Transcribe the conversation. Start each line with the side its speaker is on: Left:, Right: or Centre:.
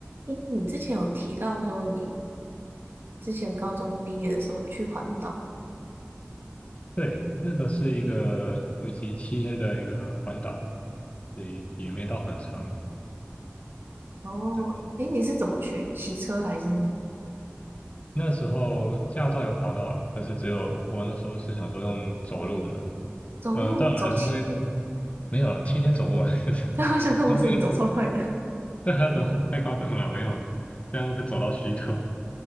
Right: 诶，你之前有提到说你之前高中毕业的时候有去环岛，
Left: 对，那个是一个为期七天的一个环岛，所以也没到很长。
Right: 哦，
Left: 嗯
Right: 诶，你是怎么去？骑车还是
Left: 那时候驾照有考到了，可是只有我那时候是想说用走路的，
Right: 走路走七天？
Left: 呃，当然还是会没有了，七天走不完，<laughs> 就是
Right: <laughs> 我想说，
Left: 不会，
Right: 哇塞，你走超快的。
Left: 但他走太夸张了，没有，这样会走到虚脱。